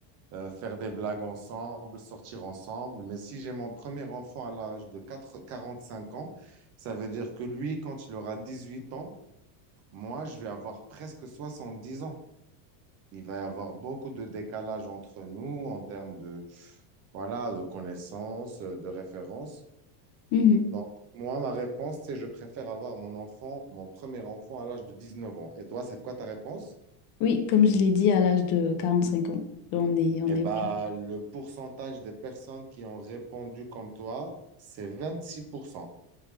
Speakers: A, on the right; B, on the left.
A: euh, faire des blagues ensemble, sortir ensemble. Mais si j'ai mon premier enfant à l'âge de 4 45 ans, ça veut dire que lui, quand il aura 18 ans, moi, je vais avoir presque 70 ans. Il va y avoir beaucoup de décalage entre nous en termes de, voilà, de connaissances, euh, de références.
B: Mhm.
A: Donc, moi, ma réponse, c'est je préfère avoir mon enfant, mon premier enfant à l'âge de 19 ans. Et toi, c'est quoi ta réponse?
B: Oui, comme je l'ai dit, à l'âge de 45 ans, on est, on
A: Eh
B: est...
A: ben, le pourcentage des personnes qui ont répondu comme toi, c'est 26%.